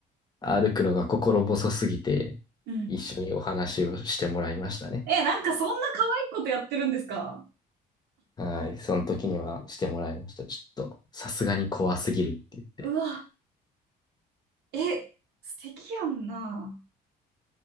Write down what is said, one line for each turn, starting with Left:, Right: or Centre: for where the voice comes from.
Left: 歩くのが心細すぎて、
Right: うん。
Left: 一緒にお話をしてもらいましたね。
Right: え、なんかそんな可愛いことやってるんですか
Left: はい。その時にはしてもらいました。ちょっと、さすがに怖すぎるって言って。
Right: うわ。え、素敵やんな。